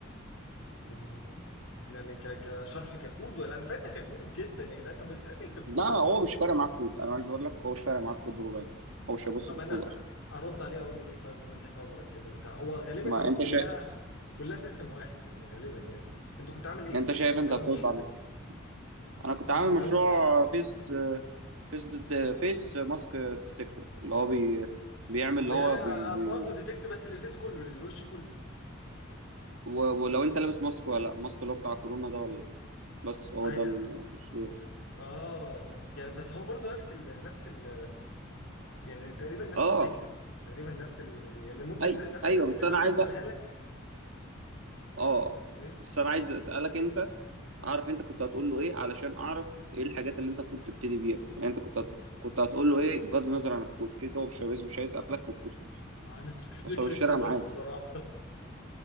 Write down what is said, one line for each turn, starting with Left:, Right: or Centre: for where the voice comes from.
Left: مم، يعني ك... كشرح ككود ولا انا فاهمها ككود جدا يا جدعان طب ما تسالني في الكود
Right: لا
Left: وخلاص
Right: هو مش فارق معاك كود انا عايز اقول لك هو مش فارق معاك كود بربع جنيه هو مش هيبص
Left: طب
Right: في الكود
Left: انا
Right: اصلا
Left: ارد عليه اقول له ايه طيب من وجهه نظرك كده انت هو غالبا
Right: ما انت
Left: كلها
Right: شايف
Left: كلها سيستم واحد يعني غالبا يعني انت كنت عامل ايه؟
Right: انت شايف
Left: كنت
Right: انت
Left: عامل
Right: هترد
Left: مشروع
Right: عليه انا كنت عامل
Left: انت كنت
Right: مشروع
Left: عامل مشروع
Right: فيس فيس فيس ماسك ديتكتور اللي هو بي بيعمل اللي
Left: يعني
Right: هو
Left: آه،
Right: بي بي
Left: آه، برضه ديتكت بس للفيس كله للوش كله
Right: و- ولو انت لابس ماسك ولا لا ماسك اللي هو بتاع كورونا ده ولا لا بس هو
Left: هي...
Right: ده المشروع
Left: اه يعني بس هو برضه نفس ال... نفس ال... يعني تقريبا نفس
Right: اه
Left: الفكره تقريبا نفس ال... يعني ممكن
Right: اي
Left: نفس
Right: ايوه
Left: الاسئله
Right: بس
Left: اللي
Right: انا
Left: هو
Right: عايز
Left: هيسالها لك
Right: اه
Left: ايه؟
Right: بس انا عايز اسالك انت اعرف انت كنت هتقول له ايه علشان اعرف ايه الحاجات اللي انت المفروض تبتدي بيها يعني انت كنت هت... كنت هتقول له ايه بغض النظر عن الكود كده كده هو مش هيبص- مش هيسالك في الكود خالص
Left: مع انا كنت فاكر
Right: بس هو الشارع
Left: <laughs> الكود بس
Right: معاه
Left: بصراحه